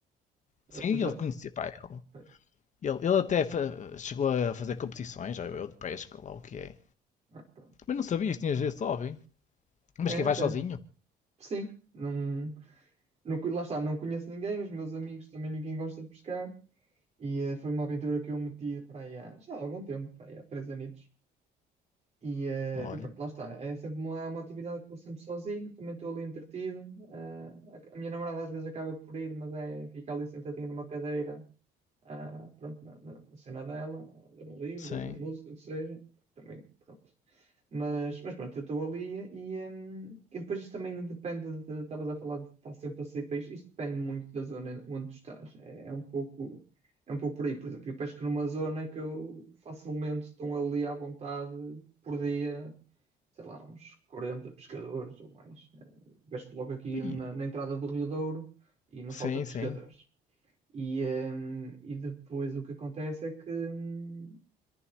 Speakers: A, on the left (about 45°); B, on the right (about 40°).
A: Sim,
B: Eu já
A: ele conhecia.
B: se...
A: Pá, ele,
B: Pois.
A: ele, ele até fa- chegou a fazer competições, já eu, de pesca, lá o que é.
B: Ah, pronto.
A: Mas não sabias, tinhas esse hobby. Mas
B: É,
A: quem vai
B: já.
A: sozinho?
B: Sim. Não, não, lá está, não conheço ninguém, os meus amigos também ninguém gosta de pescar. E eh, foi uma aventura que eu meti para aí há, já há algum tempo, para aí há três anos. E, eh,
A: Olha,
B: e pronto, lá está. É sempre uma, há uma atividade que vou sempre sozinho, também estou ali entretido. Eh, a, a minha namorada às vezes acaba por ir, mas é, fica ali sentadinha numa cadeira ah, pronto, na, na- na cena dela, a ler um livro,
A: sim.
B: ou ouvir música, o que seja, também, pronto. Mas, mas pronto, eu estou ali e, hum, e depois isto também depende, de- estavas a falar de estar sempre a sair país, isto depende muito da zona onde tu estás, é, é um pouco, é um pouco por aí, por exemplo, eu pesco numa zona que eu facilmente estou ali à vontade por dia, sei lá, uns 40 pescadores ou mais, Eh, pesco logo aqui
A: E-
B: na, na entrada do Rio Douro e não
A: Sim,
B: falta pescadores.
A: sim.
B: E, hum, e depois o que acontece é que, hum,